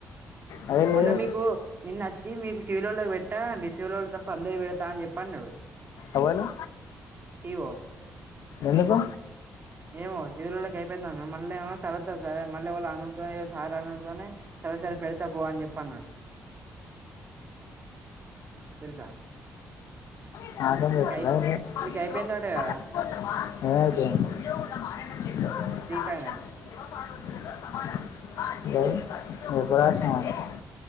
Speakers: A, on the left; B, on the right.
A: అదే లేదు
B: మొన్న మీకు నిన్నొచ్చి మీకు సివిలోళ్ళకి పెట్టా మీ సివిలోళ్ళకు తప్ప అందరికి పెడతా అని చెప్పి అన్నాడు
A: అవ్వాలి
B: దీవో
A: ఎందుకు
B: ఏమో చిరులళ్ళకి అయిపోయిందన్నాడు మళ్ళేమో తరువాత సారే మళ్ళీ వాళ్ళు <unintelligible> సరే సరే పెడతా పో అని చెప్పి అన్నాడు తెలుసా
A: <inaudible>
B: మీకు అయిపో మీకు అయిపోయిందట కదా
A: <inaudible>
B: ప్రీఫైనల్
A: <inaudible> హలో <inaudible>